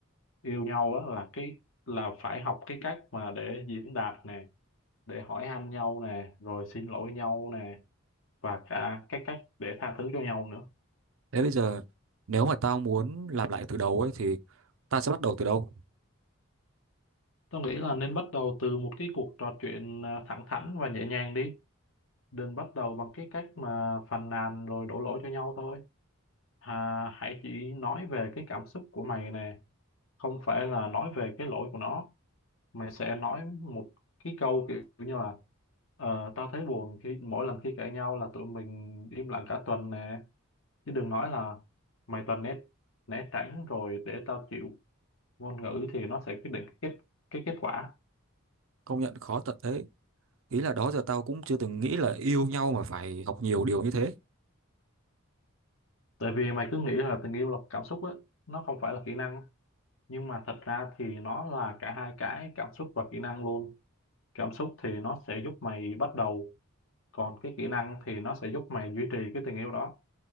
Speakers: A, on the left; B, on the right.
A: yêu nhau á là cái là phải học cái cách mà để diễn đạt nè để hỏi han nhau nè rồi xin lỗi nhau nè và cả cái cách để tha thứ cho nhau nữa
B: thế bây giờ nếu mà tao muốn làm lại từ đầu ấy thì tao sẽ bắt đầu từ đâu
A: tôi nghĩ là nên bắt đầu từ một cái cuộc trò chuyện à, thẳng thắn và nhẹ nhàng đi đừng bắt đầu bằng cái cách mà phàn nàn rồi đổ lỗi cho nhau thôi à, hãy chỉ nói về cái cảm xúc của mày nè không phải là nói về cái lỗi của nó mà sẽ nói một cái câu kiểu như là ờ, tao thấy buồn khi mỗi lần khi cãi nhau là tụi mình im lặng cả tuần nè chứ đừng nói là mày toàn né né tránh rồi để tao chịu ngôn ngữ thì nó sẽ quyết định cái kết cái kết quả
B: công nhận khó thật đấy ý là đó giờ tao cũng chưa từng nghĩ là yêu nhau mà phải học nhiều điều như thế
A: tại vì mày cứ nghĩ là tình yêu là cảm xúc á nó không phải là kỹ năng nhưng mà thật ra thì nó là cả hai cái cảm xúc và kỹ năng luôn cảm xúc thì nó sẽ giúp mày bắt đầu còn cái kỹ năng thì nó sẽ giúp mày duy trì cái tình yêu đó